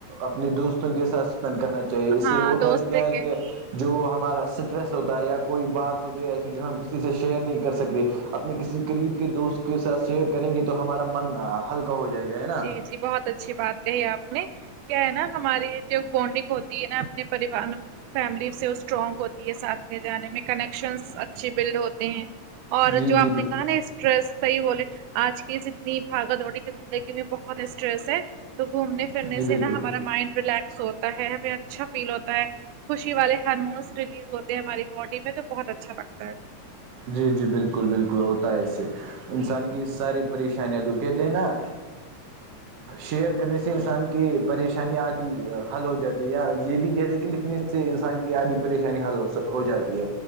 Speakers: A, on the right; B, on the right.
A: اپنے دوستوں کے ساتھ اسپینڈ کرنا چاہیے اس
B: ہاں
A: سے ہوتا
B: دوست
A: کیا ہے
B: کے
A: کہ جو ہمارا اسٹریس ہوتا ہے یا کوئی بات ہوتی ہے ایسی جو ہم کسی سے شیئر نہیں کر سکتے اپنے کسی قریب کے دوست کے ساتھ شیر کریں گے تو ہمارا من ہلکا ہو جائے گا ہے نا
B: جی جی بہت اچھی بات کہی آپ نے کیا ہے نا ہماری جو بڈنگ ہوتی ہے نا اپنے پریوار فیملی سے وہ اسٹرانگ ہو ساتھ لے جانے میں کنیکشنس اچھے بلڈ ہوتے ہیں اور
A: جی
B: جو آپ
A: جی
B: نے کہا نا اسٹریس صحیح بولے آج کی اتنی بھاگا دوڈی کی زندگی بہت اسٹریس ہے تو گھومنے پھرنے
A: جی
B: سے
A: بالکل
B: نا ہمارا مائنڈ ریلیکس ہو تا ہے ابھی اچھا فیل ہوتا ہے خوشی والے ہارمونس ریلیز ہوتے ہیں ہماری باڈی میں تو بہت اچھا لگتا ہے
A: جی جی بالکل بالکل ہوتا ہے اس سے انسان کی ساری پریشانیاں تو کہتے ہیں نا شیئر کرنے سے انسان کی پریشانی آدھی حل ہو جاتی یا یہ بھی کہتے ہیں کہ لکھنے سے انسان کی آدھی پریشانی حل ہو جاتی ہے